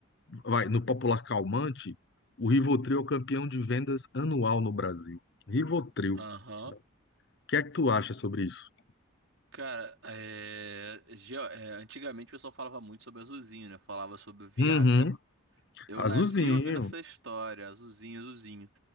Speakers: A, on the left; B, on the right.
A: vai, no popular calmante, o Rivotril é o campeão de vendas anual no Brasil. Rivotril.
B: aham.
A: O que é que tu acha sobre isso?
B: Cara, é... geo- é, antigamente o pessoal falava muito sobre Azulzinho, né? Falava sobre o Viagra.
A: Uhum.
B: Eu nasci
A: Azulzinho,
B: ouvindo essa história, Azulzinho, Azulzinho.